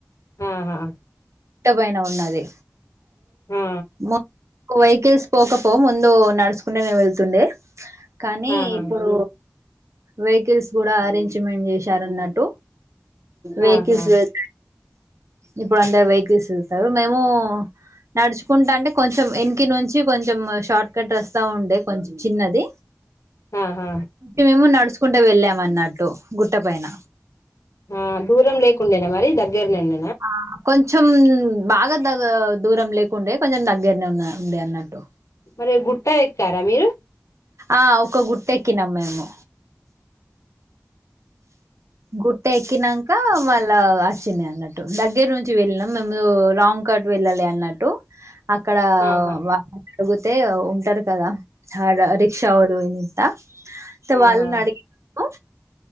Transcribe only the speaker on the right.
గుట్ట పైన ఉన్నది
మొ కొ వెహికల్స్ పోకపో ముందు నడుచకుంటేనే వెళ్తుండే కానీ
ఇప్పుడు వెహికల్స్ కూడా అరేంజ్మెంట్ చేశారన్నట్టు వెహికల్స్
<unintelligible> ఇప్పుడు అంట వేక్ తీసేల్తరు మేము నడుచుకుంటా అంటే కొంచెం ఎనికి నుంచి కొంచెం షార్ట్ కట్ అస్తా ఉండే కొంచం చిన్నది
మేమెమో నడుస్ స్కుంట వెళ్ళామ అన్నట్టు గుట్ట పైన
ఆ కొం కొంచం బాగా దగ దూరం లేకుండే కొంచెం దగ్గరనే ఉన్న ఉంది అన్నట్టు
ఆ ఒక గుట్టెక్కినాం మేము గుట్ట ఎక్కినంక మళ్ళా వచ్చినయి అన్నట్టు దగ్గర నుంచి వెళ్ళినము మేము రాంగ్ కట్ వెళ్ళాలె అన్నట్టు అక్కడ
వా అడుగుతే ఉంటారు కదా తార్ రిక్షా వరు నింత తె వాళ్ళన్
అడినము